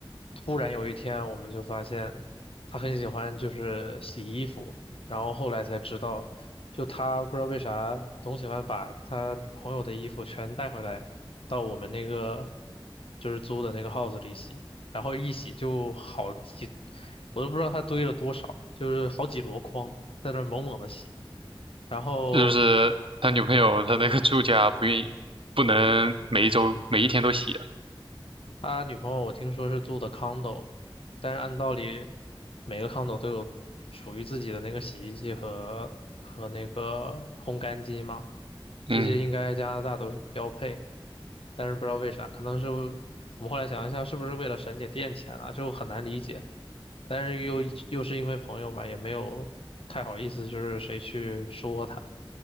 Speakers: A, on the left (about 80°); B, on the right (about 70°).
A: 突然有一天，我们就发现他很喜欢就是洗衣服，然后后来才知道，就他不知道为啥总喜欢把他女朋友的衣服全带回来到我们那个就是租的那个 house 里洗，然后一洗就好几，我都不知道他堆了多少，就是好几箩筐在那儿猛猛的洗，然后。
B: 是不是他女朋友他那个住家不愿意，不能每一周每一天都洗啊
A: 他女朋友我听说是住的 condo，但是按道理每个 condo 都有属于自己的那个洗衣机和和那个烘干机嘛，
B: 嗯，
A: 这些应该加拿大都是标配，但是不知道为啥，可能是我们后来想一下，是不是为了省点电钱啊，就很难理解，但是又又是因为朋友嘛，也没有太好意思，就是谁去说他，